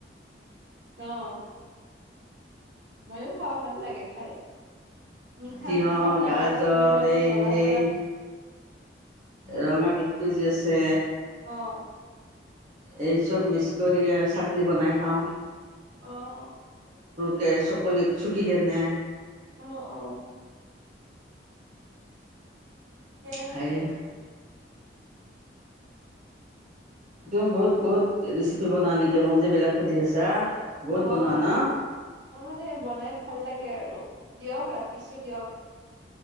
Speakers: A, on the right; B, on the right.
A: অহ মইও খাও ভাল লাগে খাই। মিঠা
B: তিয়হ
A: মিঠাও লাগে
B: গাজৰ
A: আপুনি অলপমান
B: এই
A: জ্বলা
B: সেই
A: চলা
B: ৰঙা বিদটো যি আছে।
A: অঁ
B: এই চব মিক্স কৰি এ, চাটনি বনাই খাওঁ।
A: অঁ
B: কে, চকণিত চুকি কিনে
A: অহ অহ। ঠিকে আছে
B: খায়ে
A: দিয়া।
B: তুমি বহুত, বহুত ৰেচিপি বনোৱা নেকি? মোক যিবিলাক সুধি আছা? বহুত
A: অ'
B: বনোৱা ন
A: মই মানে বনাই ভাল লাগে আৰু দিয়ক ৰাখিছো দিয়ক।